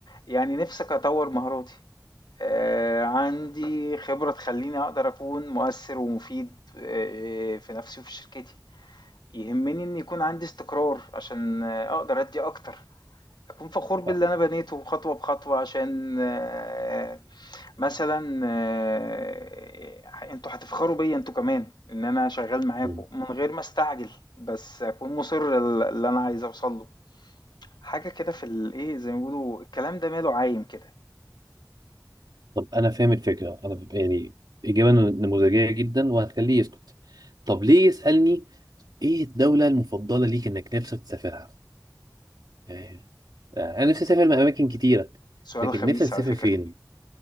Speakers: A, on the left; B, on the right.
A: يعني نفسك أطور مهاراتي آه عندي خبرة تخليني أقدر أكون مؤثر ومفيد آه في نفسي وفي شركتي يهمني إن يكون عندي استقرار عشان آه أقدر أدي أكتر أكون فخور باللي
B: صح
A: أنا بنيته خطوة بخطوة عشان آه مثلًا آآ أنتم هتفخروا بيّا أنتم كمان، إن أنا شغّال معاكم،
B: مم.
A: من غير ما أستعجل، بس أكون مُصِر ل اللي أنا عايز أوصل له، حاجة كده في الإيه، زي ما بيقولوا الكلام ده ماله عايم كده،
B: طب انا فاهم الفكره انا يعني اجابه نموذجيه جدا وهتخليه يسكت طب ليه يسالني ايه الدوله المفضله ليك انك نفسك تسافرها يعني آه، انا نفسي اسافر اماكن كتيره
A: سؤال
B: لكن
A: خبيث
B: نفسك تسافر
A: على فكرة.
B: فين